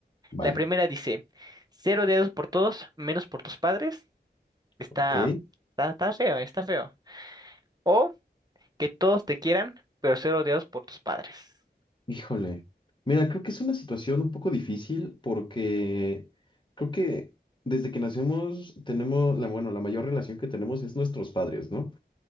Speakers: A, on the left (about 25°); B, on the right (about 20°).
A: Vale.
B: La primera dice, cero dedos por todos, menos por tus padres. Está,
A: Ok.
B: está, está feo, está feo. O que todos te quieran, pero cero dedos por tus padres.
A: Híjole. Mira, creo que es una situación un poco difícil porque creo que desde que nacemos tenemos la, bueno, la mayor relación que tenemos es nuestros padres, ¿no?